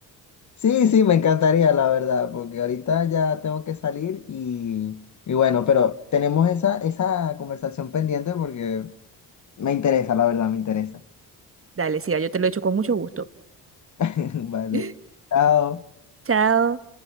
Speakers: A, on the left (about 50°); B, on the right (about 35°).
A: Sí, sí, me encantaría, la verdad, porque ahorita ya tengo que salir y, y bueno, pero tenemos esa, esa conversación pendiente porque me interesa, la verdad, me interesa.
B: Dale, sí, yo te lo he hecho con mucho gusto.
A: <laughs> Vale,
B: <laughs>
A: chao.
B: Chao.